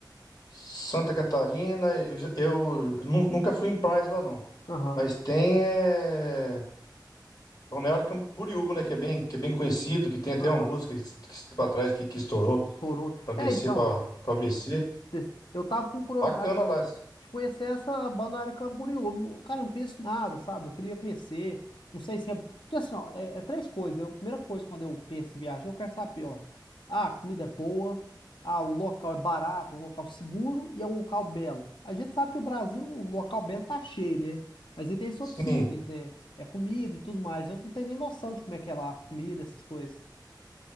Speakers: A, on the left (about 50°); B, on the left (about 90°).
A: Santa Catarina, eu, já- eu nu- nunca fui em praias lá não,
B: Aham.
A: mas tem é, Balneário
B: Isso.
A: Camboriú, né, que é bem, que é bem conhecido, que tem até
B: Aham.
A: uma música que, que esse tempo atrás que, que estourou
B: Estourou.
A: para descer
B: É, então,
A: para o ABC,
B: des- eu tava com curiosidade
A: bacana lá,
B: de conhecer essa Balneário Camboriú. Não- Cara, eu não conheço nada, sabe? Eu queria conhecer. Não sei se é. Porque assim, ó, é, é três coisas. Eu- a primeira coisa quando eu penso em viagem, eu quero saber, ó. Ah, a comida é boa. Ah, o local é barato, é um local seguro e é um local belo. A gente sabe que o Brasil, o local belo tá cheio, né? Mas aí tem esses
A: sim.
B: outros itens, né? É comida e tudo mais. Eu não tenho nem noção de como é que é lá, comida, essas coisas.